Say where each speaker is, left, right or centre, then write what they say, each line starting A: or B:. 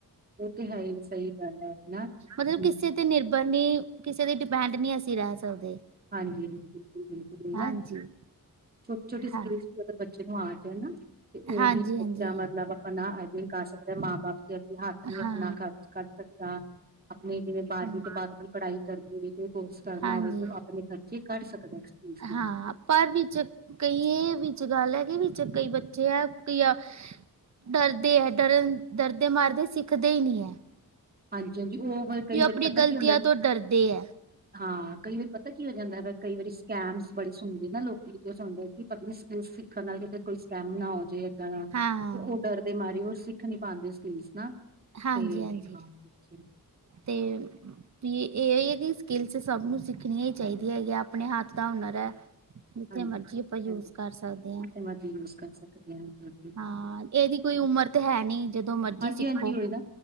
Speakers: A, on the right (about 25°); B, on the right (about 50°).
A: ਉਹ ਤੇ ਹੈ ਹੀ ਸਹੀ ਗੱਲ ਹੈ ਨਾ ਹਮ।
B: ਮਤਲਬ ਕਿਸੇ ਤੇ ਨਿਰਬਰ ਨੀ ਕਿਸੇ ਦੇ ਡਿਪੈਂਡ ਨੀ ਅਸੀਂ ਰਹਿ ਸਕਦੇ।
A: ਹਾਂਜੀ, ਹਾਂਜੀ ਬਿਲਕੁਲ, ਬਿਲਕੁਲ
B: ਹਾਂਜੀ।
A: ਨਾ ਛੋਟੀ, ਛੋਟੀ ਸਕਿਲਸ
B: ਹਾਂ।
A: ਵੀ ਅਗਰ ਬੱਚੇ ਨੂੰ ਆ ਜਣ ਨਾ। ਤੇ
B: ਹਾਂਜੀ
A: ਓਵੀ ਬੱਚਾ
B: ਹਾਂਜੀ
A: ਮਤਲਬ ਆਪਨਾ ਅਰਨਿੰਗ ਕਰ ਸਕਦੈ ਮਾਂ ਬਾਪ ਦੇ ਅਗੇ ਹੱਥ ਨੀ
B: ਹਾਂ
A: ਨਾ ਖਰਚ ਕਰ ਸਕਦਾ। ਅਪਨੀ ਜਿਵੇਂ ਬਾਰਵੀਂ
B: ਹਮ
A: ਤੋਂ ਬਾਅਦ ਅਪਨੀ ਪੜ੍ਹਾਈ ਕਰਨੀ ਹੋਵੇ, ਕੋਈ ਕੋਰਸ ਕਰਨਾ
B: ਹਾਂਜੀ
A: ਹੋਵੇ ਤੋ ਅਪ ਖਰਚੇ ਕੱਢ ਸਕਦੈ ਐਕਸਪੈਂਸ ਨਾਲ।
B: ਹਾਂ ਪਰ ਵਿੱਚ ਕਈਏ ਵਿੱਚ ਗੱਲ ਐ ਗੀ ਵਿੱਚ ਕਈ ਬੱਚੇ ਐ ਕਈ ਆ ਡਰਦੇ ਹੈ ਡਰਨ ਡਰਦੇ ਮਾਰਦੇ ਸਿੱਖਦੇ ਈ ਨੀ ਹੈ।
A: ਹਾਂਜੀ ਹਾਂਜੀ ਓ ਵਰ ਕਈ
B: ਵੀ
A: ਵਾਰੀ
B: ਆਪਣੀ
A: ਪਤਾ
B: ਗ਼ਲਤੀਆਂ
A: ਕੀ ਹੁੰਦਾ?
B: ਤੋਂ ਡਰਦੇ ਹੈ।
A: ਹਾਂ, ਕਈ ਵਾਰੀ ਪਤਾ ਕੀ ਹੋ ਜਾਂਦੈ ਕਈ ਵਾਰੀ ਸਕੈਮਸ ਬੜੇ ਸੁਣਦੇ ਨਾ ਲੋਕੀ ਜੋ ਸੁਣਦੇ ਕਿ ਪਤਾ ਨੀ ਸਕਿਲਸ ਹੱਥਾਂ ਨਾਲ ਕਿਤੇ ਕੋਈ ਸਕੈਮ ਨਾ ਹੋ ਜੇ ਇੱਦਾਂ ਦਾ
B: ਹਾਂ,
A: ਤੇ ਓ ਡਰਦੇ ਮਾਰੇ ਓ ਸਿੱਖ ਨੀ ਪਾਂਦੇ ਸਕਿਲਸ ਨਾ
B: ਹਾਂਜੀ-ਹਾਂਜੀ
A: ਤੇ <unintelligible> ਹਾਂੀ
B: ਤੇ ਵੀ ਏਹਜੀ ਸਕਿੱਲਸ ਸਭ ਨੂੰ ਸਿੱਖਣੀਆ ਈ ਚਾਹੀਦੀਆਂ ਏ ਅਪਣੇ ਹੱਥ ਦਾ ਹੁਨਰ ਐ। ਜਿੱਥੇ
A: ਹਾਂਜੀ
B: ਮਰਜੀ ਆਪਾਂ ਯੂਜ
A: ਹੈ ਹੀ ਆ।
B: ਕਰ ਸਕਦੇ
A: ਕਿੱਥੇ
B: ਆਂ।
A: ਮਰਜ਼ੀ ਯੂਜ ਕਰ ਸਕਦੇ ਹਾਂ ਜ
B: ਹਾਂ ਏਦੀ ਕੋਈ ਉਮਰ ਤੇ ਹੈ ਨੀ ਜਦੋ ਮਰਜੀ
A: ਹਾਂਜੀ
B: ਸਿੱਖੋ।
A: ਹਾਂਜੀ ਉਹੀ ਨਾ